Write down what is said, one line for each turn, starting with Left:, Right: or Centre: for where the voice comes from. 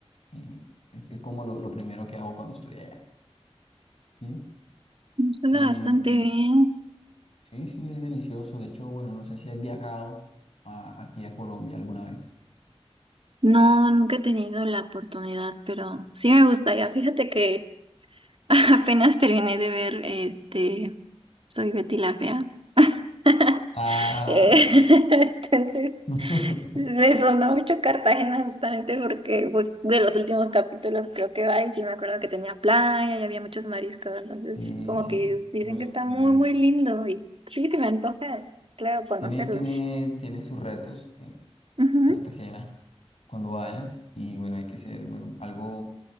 Left: eh, es, es como lo, lo primero que hago cuando estoy allá, ¿sí?
Right: Suena
Left: Em,
Right: bastante bien.
Left: sí, sí, es delicioso. De hecho, bueno, no sé si has viajado a- aquí a Colombia alguna vez.
Right: No, nunca he tenido la oportunidad, pero sí me gustaría. Fíjate que <laughs> apenas terminé de ver este, Soy Betty la Fea. <laughs>
Left: Ah,
Right: Eh, <laughs> Entonces,
Left: <laughs>
Right: me sonó mucho Cartagena justamente porque fue de los últimos capítulos creo que va y sí me acuerdo que tenía playa y había muchos mariscos, entonces
Left: sí,
Right: como
Left: sí,
Right: que
Left: sí,
Right: dicen
Left: muy lindo,
Right: que está
Left: muy
Right: muy,
Left: lindo.
Right: muy lindo y sí, sí me antoja, claro, conocerlo.
Left: Tiene, tiene, tiene sus retos en
Right: Ujú.
Left: Cartagena. cuando vayas y bueno, hay que ser, bueno, algo